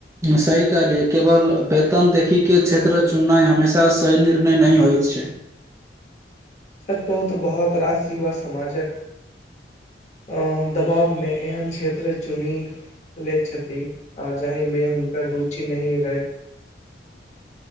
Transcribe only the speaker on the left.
सच कहू त बहुत रास युवा समाजक हं हम दबाबमे एहन क्षेत्र चुनी लै छथी आ जाहीमे हुनकर रुचि नही रहैन।